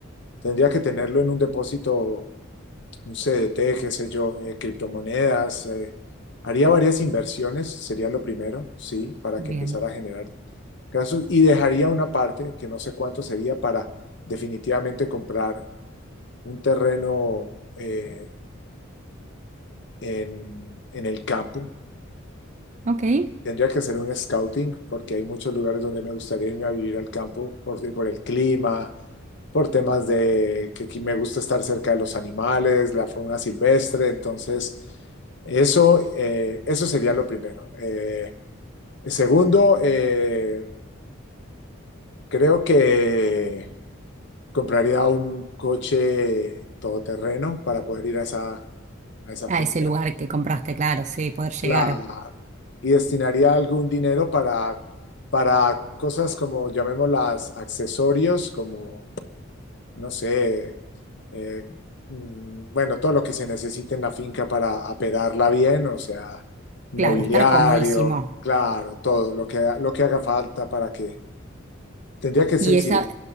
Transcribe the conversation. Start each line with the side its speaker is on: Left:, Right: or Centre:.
Left: Tendría que tenerlo en un depósito, un CDT, qué sé yo, eh, criptomonedas. eh. Haría varias inversiones, sería lo primero, sí, para
Right: Bien.
Left: que empezara a generar casos. Y dejaría una parte, que no sé cuánto sería, para definitivamente comprar un terreno eh, en, en el campo
Right: Ok.
Left: Tendría que hacer un scouting porque hay muchos lugares donde me gustaría irme a vivir al campo por, por el clima, por temas de que aquí me gusta estar cerca de los animales, la fauna silvestre. Entonces, eso, eh, eso sería lo primero. Eh, segundo, eh, creo que compraría un coche todoterreno para poder ir a esa, a esa
Right: A
Left: finca.
Right: ese lugar que compraste, claro, sí, poder
Left: Claro.
Right: llegar.
Left: Y destinaría algún dinero para, para cosas como, llamémoslas, accesorios, como, no sé, eh, mm, bueno, todo lo que se necesite en la finca para apedarla bien, o sea, mobiliario,
Right: Claro, estar comodísimo.
Left: claro, todo lo que, lo que haga falta para que... Tendría que ser,
Right: ¿Y esa,
Left: sí,